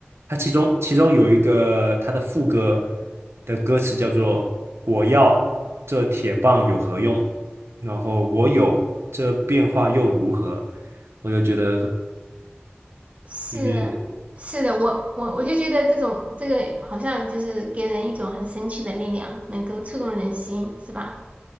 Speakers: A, on the right; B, on the right.
A: 它其中其中有一个它的副歌的歌词叫做“我要这铁棒有何用”，然后我有这变化又如何？我就觉得。
B: 是是的，
A: 就是。
B: 我我我就觉得这种这个好像就是给人一种很神奇的力量，能够触动人心，是吧？